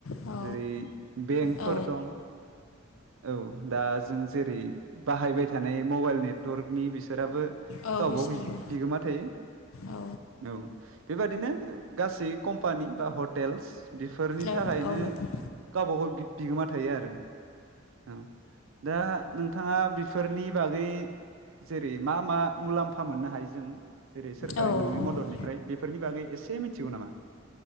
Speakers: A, on the left; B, on the right.
A: औ
B: जेरै बेंकफोर
A: औ
B: दं। औ दा जों जेरै बाहायबाय थानाय मबाइल नेटवर्कनि बिसोराबो
A: औ
B: गावबागाव
A: बिसोरबो
B: जि बिगोमा थायो।
A: औ
B: औ बेबादिनो गासै कम्पानि बा हटेलस बेफोरनि
A: औ
B: थाखाय
A: औ
B: नो बिदिनो गावबागाव बिगोमा थायो आरो। औ दा नोंथाङा बेफोरनि बागै जेरै मा मा मुलाम्फा मोननो हायो जों जेरै सोरखारि
A: औ
B: नङि मददनिफ्राय बेफोरनि बागै एसे मिथिगौ नामा?